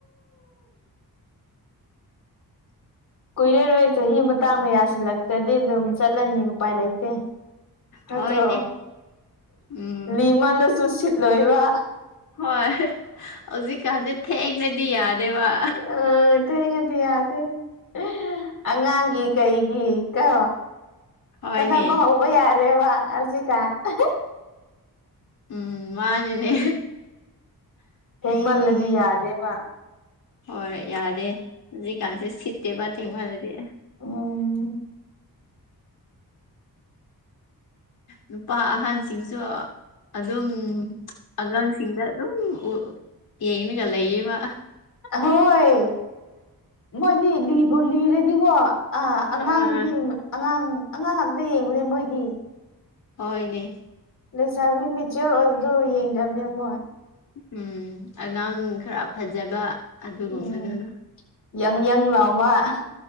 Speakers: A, on the left (about 60°); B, on the left (about 85°).
A: ꯀꯨꯏꯔꯦꯔꯣꯏ ꯆꯍꯤ ꯃꯇꯥꯡꯅ ꯌꯥꯁꯤꯜꯂꯛꯇ꯭ꯔꯗꯤ ꯑꯗꯨꯝ ꯆꯠꯂꯅꯤ ꯎꯄꯥꯏ ꯂꯩꯇꯦ ꯅꯠꯇ꯭ꯔꯣ
B: ꯍꯣꯏꯅꯦ ꯎꯝ
A: ꯂꯤꯃꯜꯂꯁꯨ ꯁꯤꯠꯂꯣꯏꯕ
B: ꯍꯣꯏ ꯍꯧꯖꯤꯛꯀꯥꯟꯁꯦ ꯊꯦꯡꯔꯗꯤ ꯌꯥꯗꯦꯕ
A: ꯑ ꯊꯦꯡꯉꯗꯤ ꯌꯥꯗꯦ ꯍꯥ ꯑꯉꯥꯡꯒꯤ ꯀꯩꯒꯤ ꯀꯣ
B: ꯍꯣꯏꯅꯦ
A: ꯈꯠꯅꯕ ꯍꯧꯕ ꯌꯥꯔꯦꯕ ꯍꯧꯖꯤꯛꯀꯥꯟ ꯑꯍꯥ
B: ꯎꯨꯝ ꯃꯥꯅꯤꯅꯦ
A: ꯊꯦꯡꯃꯜꯂꯗꯤ ꯌꯥꯗꯦꯕ
B: ꯍꯣꯏ ꯌꯥꯗꯦ ꯍꯧꯖꯤꯀꯥꯟꯖꯦ ꯁꯤꯠꯇꯦꯕ ꯊꯦꯡꯃꯜꯂꯗꯤ
A: ꯎꯨꯝ
B: ꯅꯨꯄꯥ ꯑꯍꯟꯁꯤꯡꯁꯨ ꯑꯗꯨꯝ ꯑꯉꯥꯡ ꯁꯤꯡꯗ ꯑꯗꯨꯝ ꯎꯨ ꯌꯦꯉꯥꯒ ꯂꯩꯌꯦꯕ
A: ꯑꯍꯣꯏ ꯃꯣꯏꯗꯤ ꯂꯤꯕꯨ ꯂꯤꯔꯗꯤꯀꯣ ꯑꯥ ꯑꯉꯥꯡ
B: ꯑꯥ
A: ꯄꯤ ꯑꯉꯥꯡ ꯑꯉꯥꯡ ꯉꯥꯛꯇ ꯌꯦꯡꯕꯅꯦ ꯃꯣꯏꯗꯤ
B: ꯍꯣꯢꯅꯦ
A: ꯂꯩꯁꯥꯕꯤ ꯃꯦꯆꯌꯣꯔ ꯑꯣꯏꯕꯗꯨ ꯌꯦꯡꯗꯕꯅꯦ ꯃꯣꯏ
B: ꯎꯨꯝ ꯑꯉꯥꯡ ꯈꯔ ꯐꯖꯕ ꯑꯗꯨꯒꯨꯝꯕꯗꯨꯅ
A: ꯎꯝ ꯌꯪ ꯌꯪ ꯂꯥꯎꯕ